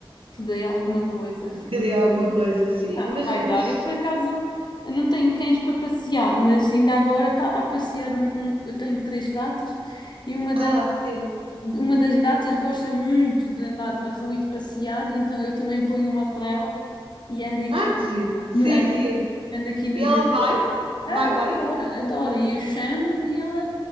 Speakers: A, on the left; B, on the right.
A: que dê alguma coisa.
B: que dê alguma coisa assim.
A: Não,
B: Mas,
A: vai dar.
B: mas,
A: Eu, por acaso, não tenho cães para passear, mas ainda agora estava a passear um, um- Eu tenho três gatas e uma, da,
B: ah, sim.
A: uma das gatas gosta muito de andar na rua e de passear, e então eu também ponho uma trela e ando aqui,
B: Ah, que giro. Sim,
A: no- ando,
B: sim.
A: ando aqui no
B: E ela
A: jardim.
B: vai?
A: Ah,
B: Vai bem?
A: ela adora, adora. E eu chamo e ela